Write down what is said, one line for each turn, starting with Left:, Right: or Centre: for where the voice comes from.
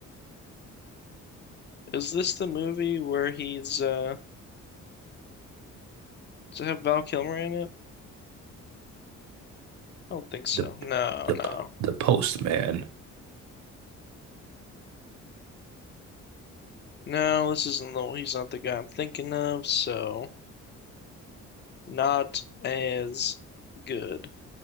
Left: Is this the movie where he's uh does it have Val Kilmer in it? I don't think so.
Right: the,
Left: No,
Right: the,
Left: no,
Right: the Postman.
Left: no. This isn't the he's not the guy I'm thinking of. So not as good.